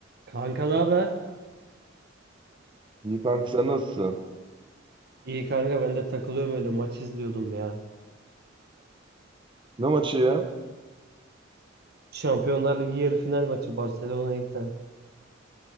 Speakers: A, on the right; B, on the right.
A: Kanka ne haber?
B: İyi kanka sen nasılsın?
A: İyi kanka ben de takılıyorum öyle maç izliyordum ya.
B: Ne maçı ya?
A: Şampiyonlar Ligi yarı final maçı Barcelona Inter.